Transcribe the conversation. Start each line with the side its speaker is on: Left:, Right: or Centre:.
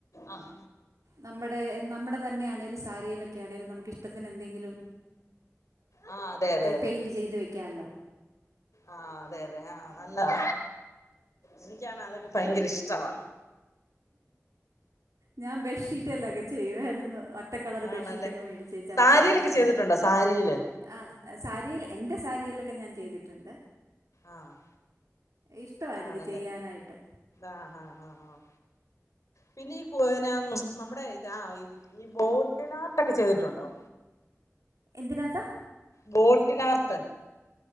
Left: ആഹ്
Right: നമ്മുടെ നമ്മുടെ തന്നൊണെലും സാരിയിലൊക്കെണേലും നമുക്കിഷ്ടത്തിന് എന്തെങ്കിലും
Left: ആ അതെ അതെ
Right: പെയിന്റ് ചെയ്ത് വെക്കാല്ലോ
Left: ആഹ് അതെ അതെ ആഹ് നല്ലത എനിക് അതൊക്കെ ഭയങ്കര ഇഷ്ടവാ
Right: ഞാൻ ബെഡ്ഷീറ്റ്ല്ലൊക്കെ ചെയ്യുവായിരുന്നു. ഒറ്റ കളറ് ബെഡ്ഷീറ്റൊക്കെ
Left: ആണല്ലേ
Right: മേടിച്ചേ ചവത്തേല്
Left: സാരിയിലൊക്കെ
Right: നല്ല
Left: ചെയ്തിട്ടുണ്ടോ സാരിയില്
Right: ആഹ് സാരിയേൽ എന്റെ സാരിയിലൊക്കെ ഞാൻ ചെയ്തിട്ടുണ്ട്
Left: ആഹ്
Right: ഇഷ്ടമാണ് എനിക്ക്
Left: ആണല്ലേ
Right: ചെയ്യാനായിട്ട്
Left: ആഹ് ആഹ്ആഹ് ആഹ് പിന്നീ കോയനെ നമ്മുടെ ഇതാ ആഹ് ഇ ഈ ബോട്ടിനാർട്ടൊക്കെ ചെയ്തിട്ടുണ്ടോ?
Right: എന്തിനാത്താ
Left: ബോട്ടിലാർട്ട്